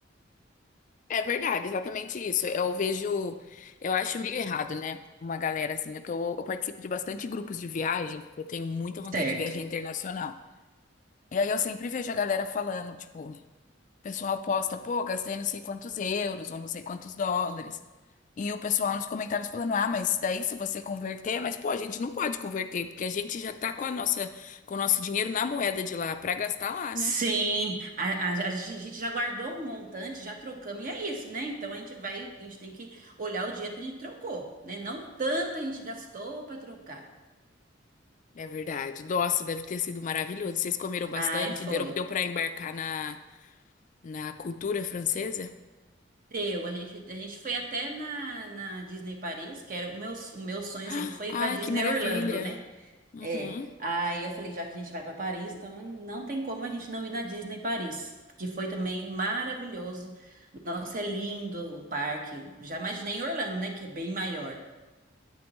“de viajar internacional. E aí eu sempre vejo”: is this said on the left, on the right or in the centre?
Left